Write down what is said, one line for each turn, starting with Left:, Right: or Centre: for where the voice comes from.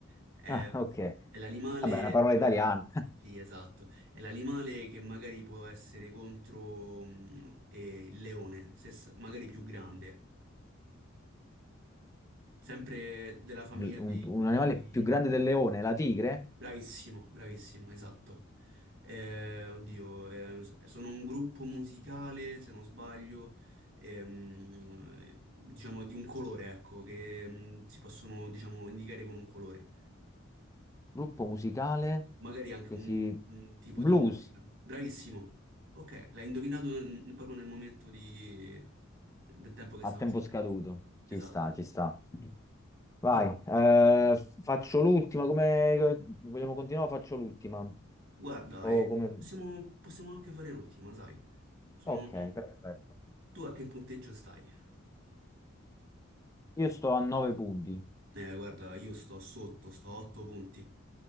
Right: È,
Left: ah, ok.
Right: è l'animale,
Left: Vabbè, è una parola
Right: diciamo,
Left: italiana. <laughs>
Right: sì, esatto. È l'animale che magari può essere contro mm, eh, il leone, se s- magari più grande, sempre della famiglia
Left: Un,
Right: dei,
Left: un
Right: dei
Left: animale
Right: felini.
Left: più grande del leone, la tigre?
Right: Bravissimo, bravissimo, esatto. Eh, oddio, eh, s- sono un gruppo musicale, se non sbaglio, ehm, eh, diciamo di un colore, ecco, che mm, si possono, diciamo, indicare con un colore.
Left: Gruppo musicale
Right: Magari anche
Left: che
Right: un,
Left: si...
Right: un tipo
Left: Blues
Right: di musica. Bravissimo. Ok, l'hai indovinato n- proprio nel momento di- del tempo che
Left: a
Right: stavo
Left: tempo
Right: scrivendo.
Left: scaduto. Ci
Right: Esatto,
Left: sta,
Right: esatto.
Left: ci sta. Vai,
Right: Oh,
Left: eh, faccio l'ultima. Come vogliamo continuare? Faccio l'ultima.
Right: guarda,
Left: O
Right: eh,
Left: come...
Right: possiamo, possiamo anche fare l'ultima, sai? Sono...
Left: Ok, perfetto.
Right: Tu a che punteggio stai?
Left: Io sto a 9 punti.
Right: Eh, guarda, io sto sotto, sto a 8 punti.